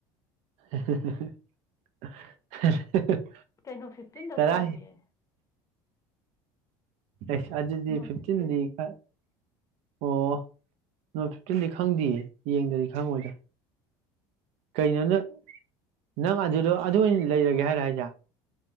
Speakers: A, on the right; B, on the left.
A: <unintelligible>
B: ꯀꯩꯅꯣ ꯐꯤꯐꯇꯤꯟꯗꯣ
A: ꯇꯔꯥ
B: ꯀꯌꯥ ꯄꯤꯌꯦ
A: ꯑꯩꯁ ꯑꯗꯨꯗꯤ
B: ꯅꯣꯠ
A: ꯐꯤꯞꯇꯤꯟꯗꯤ
B: ꯐꯤꯐꯇꯤꯟ
A: ꯈ ꯑꯣ ꯅꯣꯠ ꯐꯤꯞꯇꯤꯟꯗꯤ ꯈꯪꯗꯤꯌꯦ ꯌꯦꯡꯗ꯭ꯔꯗꯤ ꯈꯪꯉꯣꯏꯗꯥ ꯀꯩꯅꯣ ꯅꯪ ꯅꯪ ꯑꯗꯨꯗꯣ ꯑꯗꯨ ꯑꯣꯏꯅ ꯂꯩꯔꯒꯦ ꯍꯥꯏꯔ ꯍꯥꯏꯁꯦ